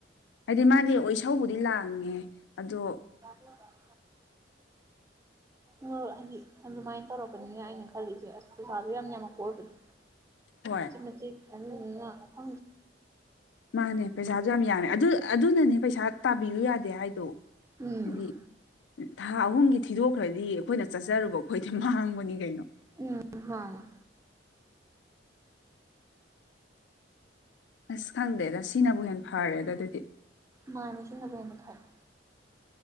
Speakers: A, on the left; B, on the right.
A: ꯍꯥꯏꯗꯤ ꯃꯥ ꯑꯆꯧꯕꯗꯤ ꯂꯥꯡꯉꯦ ꯑꯗꯣ
B: ꯇꯕ ꯇꯥꯛ ꯍꯣꯏ ꯍꯧꯖꯤꯛ ꯑꯗꯨꯃꯥꯏꯅ ꯇꯧꯔꯛꯄꯅꯤ ꯍꯥꯏꯅ ꯈꯜꯂꯤꯁꯦ ꯑꯁ ꯄꯩꯁꯥꯗꯣ ꯌꯥꯝ ꯌꯥꯝꯃꯛꯄ ꯑꯣꯏꯕꯗꯣ
A: ꯍꯣꯏ
B: ꯃꯆꯤ ꯃꯆ ꯀ ꯀ
A: ꯃꯥꯅꯦ ꯄꯩꯁꯥꯁꯨ ꯌꯥꯝ ꯌꯥꯝꯃꯦ ꯑꯗꯨ ꯑꯗꯨꯅꯅꯦ ꯄꯩꯁꯥ ꯇꯥꯕꯤꯌꯨ ꯌꯥꯗꯦ ꯍꯥꯏꯗꯣ
B: ꯎꯝ
A: ꯍꯥꯏꯗꯤ ꯊꯥ ꯑꯍꯨꯝꯒꯤ ꯊꯤꯗꯣꯛꯈ꯭ꯔꯗꯤ ꯑꯩꯈꯣꯏꯅ ꯆꯠꯆꯔꯨꯕ ꯑꯩꯈꯣꯏꯗꯤ ꯃꯥꯡꯕꯅꯤ ꯀꯩꯅꯣ
B: ꯎꯝ ꯋꯥ
A: ꯑꯁ ꯈꯪꯗꯦꯗ ꯁꯤꯅꯕꯨ ꯍꯦꯟꯅ ꯐꯔꯦ ꯑꯗꯣ ꯑꯗꯨꯗꯤ
B: ꯃꯅꯁꯤ ꯅꯕꯅ ꯈꯔꯦ